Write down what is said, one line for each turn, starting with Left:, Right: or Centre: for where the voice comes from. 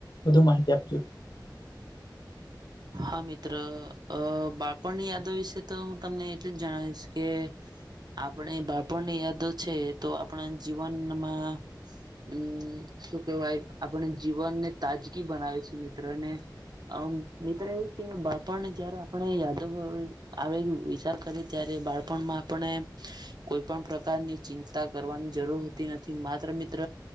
Left: વધુ માહિતી આપજો.
Right: હા મિત્ર બાળપણની યાદવ વિશે તો હું તમને એટલું જ જણાવીશ કે.. આપણે બાપણની યાદો છે, તો આપણા જીવનમાં. હમ શું કેહેવાય આપણે જીવનને તાજગી બનાવે છે, મિત્ર ને. <unintelligible> મિત્રો એ કે બાળપણને જયારે આપણે યાદવ આવે વિચાર કરીએ ત્યારે બાળપણમાં. આપણે કોઈ પણ પ્રકારની ચિંતા કરવાની જરૂર હોતી નથી માત્ર મિત્ર.